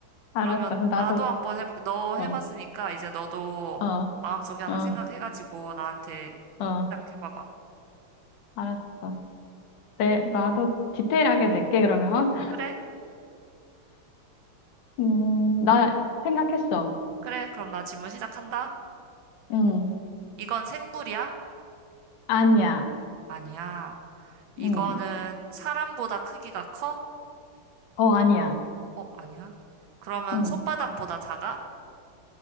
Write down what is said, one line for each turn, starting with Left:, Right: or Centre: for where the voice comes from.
Left: 알았어.
Right: 그러면
Left: 그럼 나도,
Right: 나도 한번 해볼게. 너 해봤으니까
Left: 어,
Right: 이제 너도
Left: 어,
Right: 마음속에 하나
Left: 어,
Right: 생각해가지고 나한테
Left: 어,
Right: 시작해봐봐.
Left: 알았어. 네, 나도 디테일하게 낼게, 그러면.
Right: 그래?
Left: 음, 나 생각했어.
Right: 그래. 그럼 나 질문 시작한다.
Left: 음,
Right: 이건 생물이야?
Left: 아니야.
Right: 아니야. 이거는
Left: 음,
Right: 사람보다 크기가 커?
Left: 어, 아니야.
Right: 어, 아니야. 그러면
Left: 음,
Right: 손바닥보다 작아?